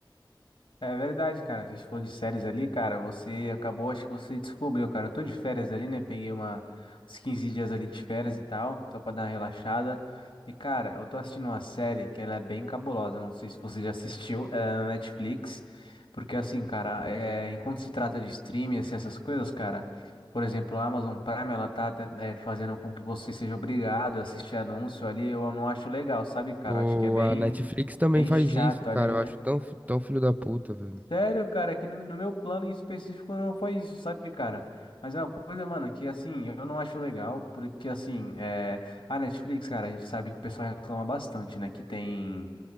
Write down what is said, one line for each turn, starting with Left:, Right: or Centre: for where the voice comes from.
Left: É verdade, cara. A gente falou de séries ali, cara. Você acabou, acho que você descobriu, cara. Eu tô de férias ali, né? Peguei uma, uns 15 dias ali de férias e tal, só pra dar uma relaxada. E, cara, eu tô assistindo uma série que ela é bem cabulosa. Não sei se você já assistiu, ela é na Netflix. Porque, assim, cara, é, enquanto se trata de streaming, assim, essas coisas, cara. Por exemplo, a Amazon Prime, ela tá, né, fazendo com que você seja obrigado a assistir anúncio ali. Eu não acho legal, sabe, cara?
Right: Pô,
Left: Eu Acho que é bem,
Right: a Netflix também
Left: bem
Right: faz
Left: chato
Right: isso, cara.
Left: ali, né?
Right: Eu acho tão, fi- tão filho da puta, velho.
Left: Sério, cara, é que no, no meu plano em específico não foi isso, sabe, cara? Mas é uma coisa, mano, que assim, eu não acho legal, porque assim, é... a Netflix, cara, a gente sabe que o pessoal reclama bastante, né? Que tem,